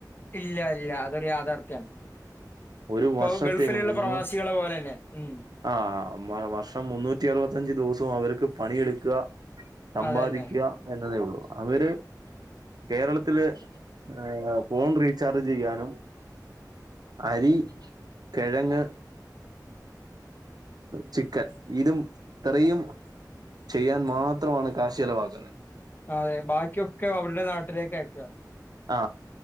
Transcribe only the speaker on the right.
ഒരു
വർഷത്തേക്ക്
മുന്നൂ
ആ വ വർഷം മുന്നൂറ്റി അറുപത്തഞ്ച് ദിവസോം അവർക്ക് പണിയെടുക്കാ. സമ്പാദിക്ക
എന്നതെ ഉള്ളു. അവര്. കേരളത്തില് ഏഹ് ഫോൺ റീചാർജ് ചെയ്യാനും അരി, കെഴങ്ങ്. ചിക്കൻ. ഇതും ഇത്രേയും. ചെയ്യാൻ മാത്രമാണ് കാശെലവാക്കുന്നെ.
ആ.